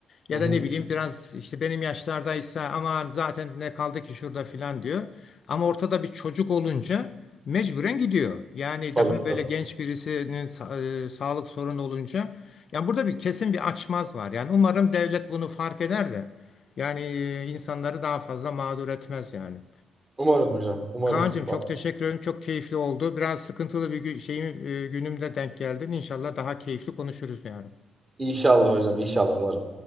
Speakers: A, on the left; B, on the right.
A: Ya
B: Hı hı.
A: da ne bileyim biraz işte benim yaşlardaysa ama zaten ne kaldı ki şurada filan diyor. Ama ortada bir çocuk olunca mecburen gidiyor. Yani
B: Tabii
A: daha böyle
B: tabii.
A: genç birisinin sa- e, sağlık sorunu olunca yani burada bir kesin bir açmaz var. Yani umarım devlet bunu fark eder de yani e, insanları daha fazla mağdur etmez yani.
B: Umarım hocam. Umarım.
A: Kaan'cığım çok
B: Bak,
A: teşekkür ederim. Çok keyifli oldu. Biraz sıkıntılı bir gü- şeyim, e, günümde denk geldin. İnşallah daha keyifli konuşuruz bir
B: İnşallah hocam. İnşallah umarım.